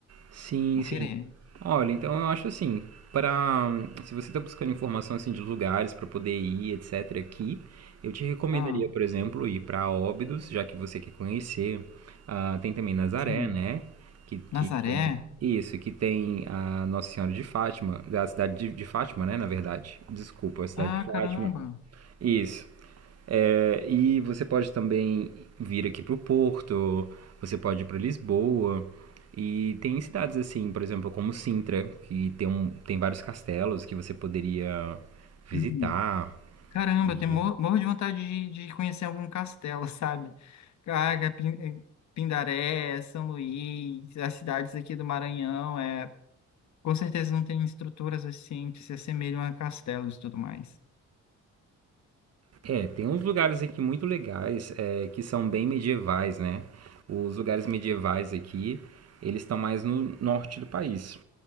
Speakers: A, on the right; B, on the left.
A: Sim,
B: Vou
A: sim.
B: querer.
A: Olha, então eu acho assim, para se você está buscando informação assim de lugares para poder ir, etc, aqui, eu te recomendaria,
B: Ah,
A: por exemplo, ir para Óbidos, já que você quer conhecer. Ah, tem também Nazaré,
B: sim.
A: né? Que,
B: Nazaré?
A: que tem isso, que tem a Nossa Senhora de Fátima, da cidade de, de Fátima, né? Na verdade, desculpa, a cidade
B: Ah,
A: de
B: caramba.
A: Fátima. Isso. É, e você pode também vir aqui para o Porto, você pode ir para Lisboa. E tem cidades assim, por exemplo, como Sintra, que tem, um, tem vários castelos que você poderia visitar.
B: Uhum. Caramba,
A: E,
B: eu tenho, mor- morro de vontade de, de conhecer algum castelo, <laughs> sabe? Caraca, Pin- eh, Pindaré, São Luís, as cidades aqui do Maranhão, é, com certeza não tem estruturas assim que se assemelham a castelos e tudo mais.
A: é, tem uns lugares aqui muito legais, é, que são bem medievais, né? Os lugares medievais aqui, eles estão mais no norte do país.